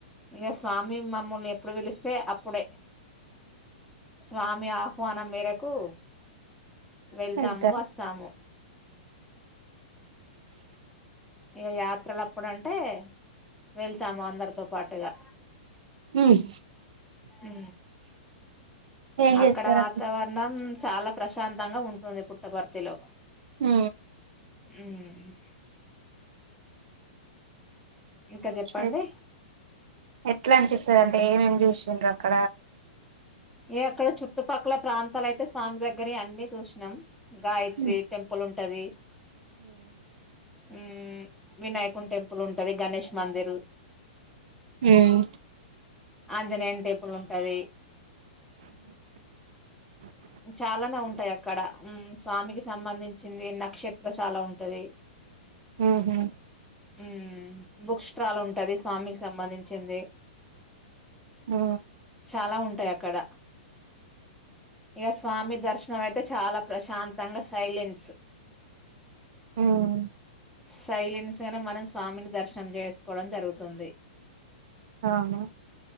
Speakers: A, in the centre; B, on the right.
A: ఇ స్వామి మమ్మల్ని ఎప్పుడు వెలిస్తే అప్పుడే స్వామి మీ ఆహ్వానం మేరకు వెళ్తాము
B: వెళ్తారు
A: వస్తాము ఇక యాత్రలుప్పుడంటే వెళ్తాము అందరితో పాటుగా
B: హ్మ్
A: అ
B: ఏం
A: అక్కడ
B: చేస్తారు
A: వాతావరణం చాలా ప్రశాంతంగా ఉంటుంది పుట్టపర్తిలో
B: హ
A: హ్మ్ ఇంకా చెప్పండి
B: ఎ ఎట్లా అంటిే సార్ అంటే ఏమేమి చూసిండ్ర అక్కడ
A: ఈ అక్కడ చుట్టుపక్కల ప్రాంతాలయితే స్వామి దగ్గర అన్నీ చూసినాం గాయత్రి
B: ఉమ్
A: టెంపుల్ ఉంటది ఉ వినాయకుం టెంపుల్ ఉంటది గణేష్ మందిర్
B: హ్మ్
A: ఆంజనేయని టేపుల్ ఉంటది చాలానే ఉంటాయి అక్కడ స్వామికి సంబంధించింది నక్షత్ర చాలా ఉంటది
B: హ్మ్ హ్మ్
A: ఉ బుక్ స్టల్ ఉంటది స్వామికి సంబంధించింది
B: ఆ
A: అలా ఉంటాయి అక్కడ ఇక స్వామి దర్శనం అయితే చాలా ప్రశాంతంగా సైలెన్స్
B: ఉమ్
A: సైలెన్స్గానే మనం స్వామిని దర్శన నం చేసుకోవడం జరుగుతుంది
B: అవున